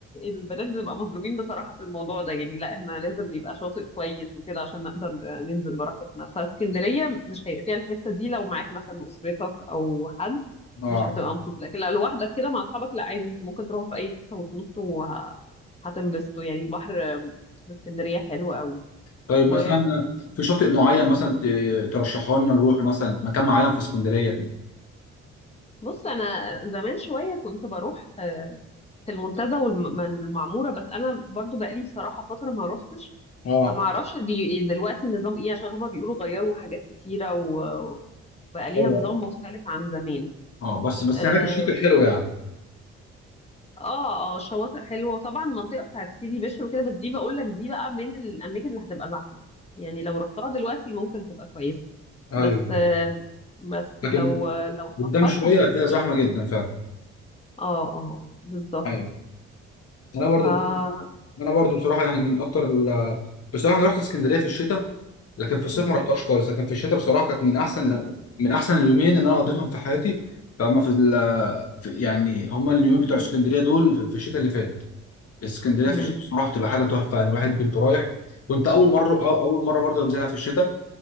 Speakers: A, on the left; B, on the left.
A: البنات بنبقى مظلومين بصراحة في الموضوع ده يعني لا احنا لازم نبقى شاطئ كويس وكده عشان نقدر ننزل براحتنا فاسكندرية مش هيبقى فيها الحتة دي لو معاك مثلا أسرتك أو حد
B: اه
A: مش هتبقى مبسوط لكن لو لوحدك كده مع أصحابك لا عادي انتوا ممكن تروحوا في أي حتة وتنطوا وه- هتنبسطوا يعني البحر في اسكندرية حلو قوي
B: طيب
A: و
B: مثلا في شاطئ معين مثلا ت- ترشحه لنا نروح مثلا مكان معين في اسكندريه
A: بص أنا زمان شوية كنت بروح آه، في المنتزه والمعموره بس انا برضو بقالي بصراحه فتره ما روحتش
B: اه
A: ما اعرفش دي دلوقتي النظام ايه عشان هما بيقولوا غيروا حاجات كتيره و- وبقى ليها
B: ايوه
A: نظام مختلف عن زمان
B: اه بس
A: اه
B: بس هناك الشاطئ حلو يعني
A: اه آه، شواطئ حلوه وطبعا المنطقه بتاعت سيدي بشر وكده بس دي بقول لك دي بقى من الاماكن اللي هتبقى زحمه يعني لو رحتها دلوقتي ممكن تبقى كويسه
B: ايوه
A: بس آه بس
B: لكن
A: لو لو اتاخرت
B: قدام شويه
A: هتبقى
B: هتلاقيها
A: مش
B: زحمه جدا فعلا
A: اه اه آه، بالظبط
B: ايوه انا برضو
A: ف
B: انا برضو بصراحه يعني من اكتر ال... بصراحه انا رحت اسكندريه في الشتاء لكن في الصيف
A: مم،
B: ما رحتهاش خالص لكن في الشتاء بصراحه كانت من احسن من احسن اليومين اللي انا قضيتهم في حياتي فهم في, ال... في يعني هما اليومين بتوع اسكندريه دول في في الشتاء اللي فات اسكندريه
A: مم،
B: في الشتاء بصراحه بتبقى حاجه تحفه يعني الواحد كنت رايح كنت اول مره أو- اول مره برضه انزلها في الشتاء